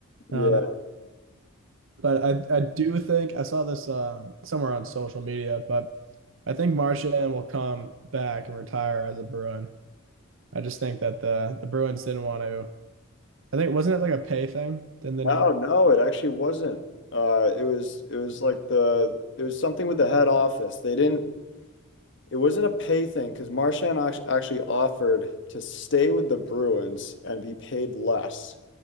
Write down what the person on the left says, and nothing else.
yeah,
no, no, it actually wasn't. Uh, it was it was like the it was something with the head office. They didn't It wasn't a pay thing because Marchand act- actually offered to stay with the Bruins and be paid less.